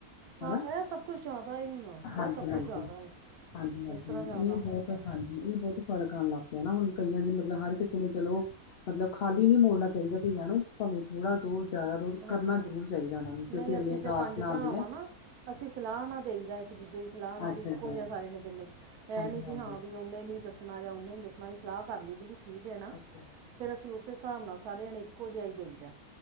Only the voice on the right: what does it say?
ਹਾਂ
ਇਹ ਸਭ ਕੁਛ ਜ਼ਿਆਦਾ ਹੈ ਹੁਣ ਇਹ
ਸਭ ਕੁਛ
ਜ਼ਿਆਦਾ ਹੈ
ਇਸ ਤਰ੍ਹਾਂ ਜ਼ਿਆਦਾ
ਹੋਣਦਾ।
ਹਾਂਜੀ
ਨਹੀਂ
ਅਸੀਂ
ਤੇ ਪੰਜ
ਭਰਾ
ਵਾਂ ਨਾ ਅਸੀਂ ਸਲਾਹ ਨਾਲ ਦੇਈਦਾ ਇੱਕ ਦੂਜੇ ਦੀ ਸਲਾਹ ਨਾਲ
ਵੀ ਇੱਕੋ
ਜਿਹਾ ਸਾਰੇ ਨੇ ਜਿੰਨੇ। ਇਹ
ਨੀ ਵੀ ਹਾਂ ਵੀ ਉਹਨੇ ਨੀ ਦੱਸਣਾ ਜਾਂ ਉਹਨੇ ਨੀ ਦੱਸਣਾ ਵੀ ਸਲਾਹ ਕਰ ਲਈ ਦੀ ਵੀ। ਕੀ ਦੇਣਾ,
ਫਿਰ ਅਸੀਂ ਉਸੇ ਹਿਸਾਬ ਨਾਲ ਸਾਰਿਆ ਨੇ ਇੱਕੋ ਜਿਹਾ ਹੀ ਦੇਈਦਾ।